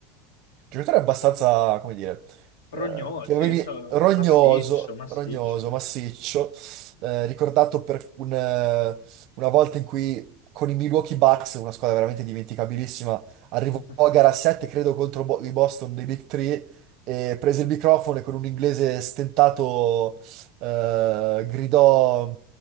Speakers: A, on the right (about 50°); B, on the left (about 85°).
A: giocatore abbastanza, come dire,
B: Rognò,
A: eh, che
B: sì,
A: avevi
B: so-
A: rognoso,
B: massiccio, massiccio.
A: rognoso, massiccio, eh, ricordato per un, eh, una volta in cui con i Milwaukee Bucks, una squadra veramente dimenticabilissima, arrivò
B: <laughs>
A: a gara 7, credo, contro Bo- i Boston dei Big Three, e prese il microfono e con un inglese stentato eh, gridò...